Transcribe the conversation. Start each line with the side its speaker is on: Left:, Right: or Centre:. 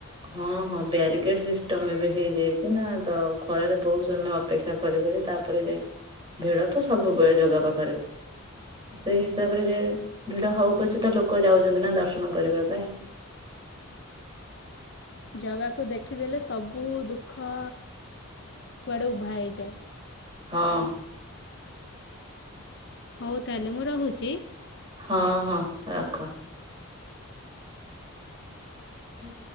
Right: ହଁ ହଁ ବ୍ୟାରିକେଡ ସିଷ୍ଟମ ଏବେ ହେଇଯାଇଛି ନା ତ ଖରାରେ ବହୁତ ସମୟ ଅପେକ୍ଷା। କରି କରି ତାପରେ ଯାଏ ଭିଡ ତ ସବୁବେଳେ ଜାଗା ପାଖରେ। ସେଇ ହିସାବରେ ଯେ ଭିଡ ହଉକଛି ତ ଲୋକ ଯାଉଛନ୍ତି ନା ଦର୍ଶନ କରିବା ପାଇଁ।
Left: ଜଗାକୁ ଦେଖିଦେଲେ ସବୁ ଦୁଃଖ କୁଆଡ଼େ ଉଭା ହେଇଯାଏ।
Right: ହଁ।
Left: ହଉ ତା ହେଲେ ମୁଁ ରହୁଛି।
Right: ହଁ ହଁ ରଖ। ହୁଁ।